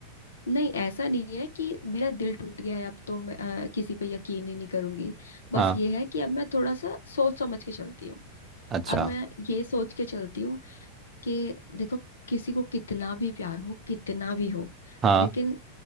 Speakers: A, on the left; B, on the right.
A: नहीं ऐसा नहीं है कि मेरा दिल टूट गया है अब तो मैं अ, किसी पे यकीन ही नहीं करूंगी बस
B: हाँ
A: ये है कि अब मैं थोड़ा सा सोच समझ के चलती हूँ
B: अच्छा
A: अब मैं ये सोच के चलती हूँ कि देखो किसी को कितना भी प्यार हो कितना भी हो
B: हाँ
A: लेकिन